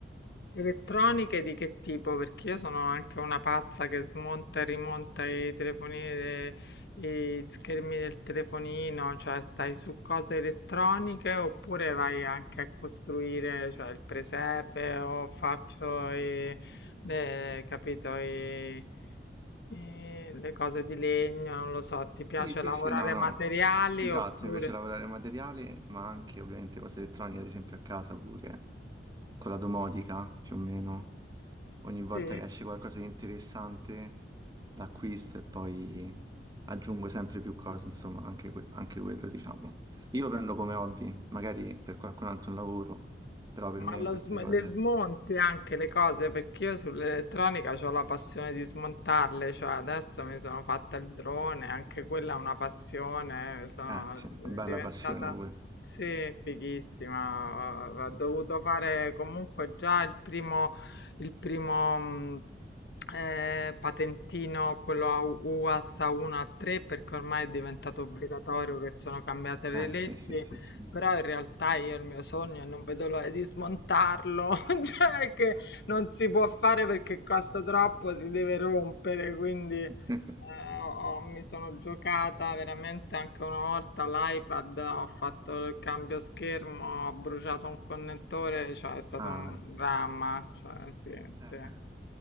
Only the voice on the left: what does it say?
Elettroniche di che tipo? Perché io sono anche una pazza che smonta e rimonta i telefonini, de- i schermi del telefonino, cioè stai su cose elettroniche oppure vai anche a costruire, cioè il presepe o faccio i, le, capito, i- i- le cose di legno, non lo so, ti piace
lavorare
materiali
oppure...
Sì?
Ma
lo
sm-
le smonti anche le cose, perché io sull'elettronica ho la passione di smontarle, cioè adesso mi sono fatta il drone, anche quella è una passione, sono
diventata,
sì, fighissima, ho ho dovuto fare comunque già il primo, il primo mh, eh, patentino, quello a U- UAS A1 A3, perché ormai è diventato obbligatorio che sono cambiate le
leggi.
Però in realtà io il mio sogno e non vedo l'ora di smontarlo, <laughs> cioè che non si può fare perché costa troppo, si deve rompere, quindi eh,
ho- ho- mi sono giocata veramente anche una volta l'iPad, ho fatto il cambio schermo, ho bruciato un connettore, cioè è stato
un dramma, cioè sì,
sì.